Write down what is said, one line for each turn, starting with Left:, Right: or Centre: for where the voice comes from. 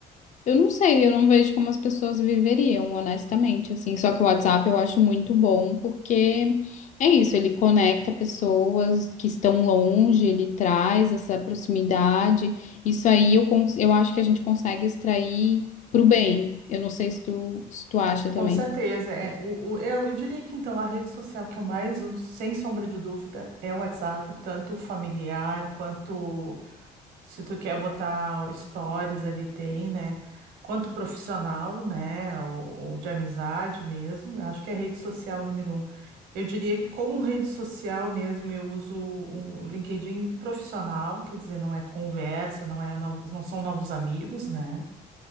Left: eu não sei, eu não vejo como as pessoas viveriam, honestamente, assim. Só que o WhatsApp eu acho muito bom, porque é isso, ele conecta pessoas que estão longe, ele traz essa proximidade. Isso aí eu, cons- eu acho que a gente consegue extrair pro bem. Eu não sei se tu, se tu acha
Right: Com
Left: também.
Right: certeza, é. O, o- eu diria que então a rede social que eu mais uso, sem sombra de dúvida, é o WhatsApp, tanto o familiar quanto Se tu quer botar stories ali, tem, né? Quanto profissional, né? Ou, ou de amizade mesmo. Eu acho que é rede social número um. Eu diria que como rede social mesmo, eu uso o LinkedIn profissional, quer dizer, não é conversa, não é novos, não são novos amigos, né?